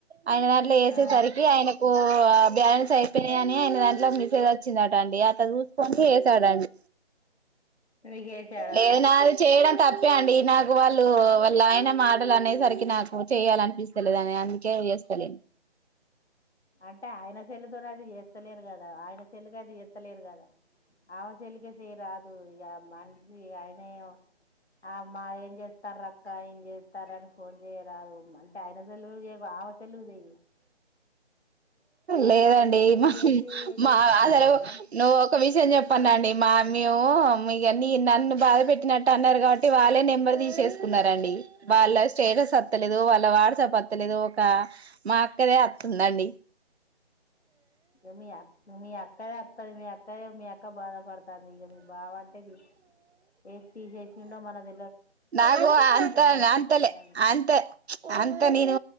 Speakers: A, on the right; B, on the left.
A: ఆయన దాంట్ల ఎసేసరికి
B: ఆ
A: ఆయన ఓ బ్యాలెన్స్ అయిపోయినయని అయిన దాంట్లోకి మెస్సేజ్ అచ్చిందట అండి అట్ల చూసుకొని వేసాడండి
B: నీకు చేశాడా
A: లేదు నాది చేయడం తప్పే అండి నాకు వాళ్ళు వాళ్ళు ఆయన మాటలు అనేసరికి నాకు చెయాల అనిపిస్తలేదాని అందుకే చేస్తలేను
B: అంటే ఆయన సేల్లితోనే అది చేస్తలేరు కదా ఆయన సెల్ కైతే చేత్తలేరు కదా ఆమె సెల్లుకె చేయ్యరాదు ఇగ మనిషి ఆయనేం ఆ మా ఏం చేస్తారు రక్క ఏం చేస్తార అని ఫోన్ జెయ్య రాదు అంటే అయన సెల్లు జేయకు ఆమె సెల్లు కు చేయ్యి
A: లేదండి మా
B: చేసి ఏం
A: మా
B: చేస్తాను
A: అసలు
B: అక్క
A: నువ్ ఒక విషయం చెప్పనండి మా మీ మొ మి ఇగ నన్ను బాధ పెట్టినట్టు అన్నారు కాబట్టి వాళ్ళే నెంబర్ తీసేసుకున్నారండి వాళ్ళ స్టేటస్ అత్తలేదు వాళ్ళ వాడసాప్ వత్తలేదు ఒక మా అక్కదే అత్తుదండి
B: ఇక మీ అక్క మీ అక్కదే మీ అక్కది మీ అక్క బాధ పడుతంది ఇగ మీ బావ అంటేది ఎ తీసేస్ సిండో మనక్
A: నాగు అంత
B: బాధపడుతుంది
A: అంతలే అంత అంత నీను